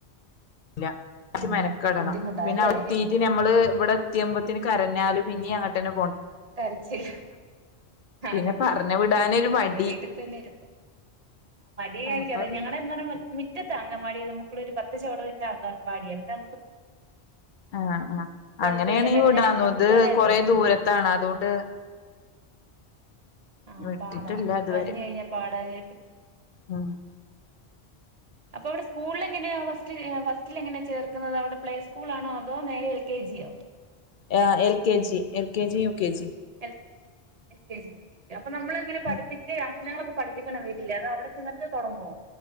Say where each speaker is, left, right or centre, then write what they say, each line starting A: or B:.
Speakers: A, on the left; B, on the right.
A: ഇല്ല പക്ഷേ
B: ആ
A: മെനക്കടണം
B: ബുദ്ധിമുട്ടാ
A: പിന്നെ
B: അല്ലേ
A: വ്ടെ എത്തീട്ട് നമ്മള് ഇവിടെ എത്തിയ്മ്പത്തിന് കരഞ്ഞാലും പിന്ന്യഅങ്ങട്ടന്നെ
B: കരച്ചില് അതെ
A: പിന്നെ പറഞ്ഞു വിടാനൊരു മടി
B: അതെ വീട്ടിൽ തന്നെ ഇരുത്ത് മടിയായിരിക്കാണ്
A: അപ്പൊ പിന്നെ
B: ഞങ്ങടെ എന്താന്ന്‌ മിറ്റത്ത അങ്ങൻവാടി നമുക്കിവിടൊരു പത്ത് ചൊവടു വെച്ച അങ്ങൻവാടി എന്താ
A: ആഹ് ആഹ്
B: കുഴപ്പമില്ല
A: അങ്ങനേണ
B: കരഞ്ഞാലിങ്ങ്
A: വിടാന്നൊ
B: കൊണ്ടുപോരാല്ലോ
A: ത് കൊറെ
B: പിന്നെ
A: ദൂരത്താണ് അതോണ്ട് ണ്ട്
B: ആഹ്
A: വിട്ടിട്ടില്ല
B: പാടാ
A: ഇതുവരെ
B: കരഞ്ഞ് കഴിഞ്ഞാ പാടാത്
A: ഉം
B: അപ്പൊ ഇവിടെ സ്കൂളിൽ <unintelligible> എങ്ങനെയാ ഫസ്റ്റ് ഫസ്റ്റിൽ എങ്ങനെ ചേർക്ക്ന്നത് അവിടെ പ്ലേ സ്കൂൾ ആണോ അതോ നേരെ എൽ കെ ജിയോ
A: ആഹ് L K G L K ജിം യു കെ ജിം
B: എൽ കെ ജി അപ്പൊ നമ്മള്ങ്ങനെ പഠിപ്പിച്ചേയാ
A: ഉം
B: പ്രശ്നങ്ങളൊക്കെ പഠിപ്പിക്ക് ണൊ വീട്ടില് അതോ അവിടെ ചെന്നിട്ട് തൊടങ്ങോ